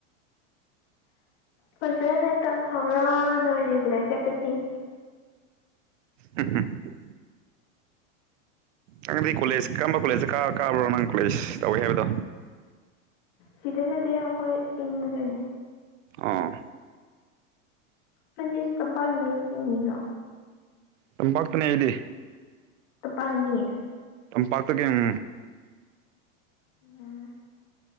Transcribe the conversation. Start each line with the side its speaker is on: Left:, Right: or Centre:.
Left: ꯐꯖꯅ ꯇꯝ ꯍꯧꯔꯣ ꯅꯣꯏ ꯔꯤꯒꯨꯂꯔ ꯆꯠꯄꯁꯤꯡ
Right: ꯎꯝ ꯎꯝ ꯅꯪꯗꯤ ꯀꯣꯂꯦꯖ ꯀꯔꯝꯕ ꯀꯣꯂꯦꯖꯇ ꯀꯥ ꯀꯥꯕ꯭ꯔꯣ ꯅꯪ ꯀꯣꯂꯦꯖ ꯇꯧꯋꯤ ꯍꯥꯏꯕꯗꯣ
Left: ꯁꯤꯗ ꯅꯠꯇꯦ ꯑꯩꯈꯣꯏ ꯆꯤꯡꯗꯅꯤ
Right: ꯑꯥ
Left: ꯅꯪꯗꯤ ꯇꯝꯄꯥꯏ ꯃꯤ <unintelligible>
Right: ꯇꯝꯄꯥꯛꯇꯅꯦ ꯑꯩꯗꯤ
Left: ꯇꯝꯄꯥꯏ ꯃꯤ
Right: ꯇꯝꯄꯥꯠꯛꯇꯒꯤ ꯎꯝ
Left: ꯎꯝ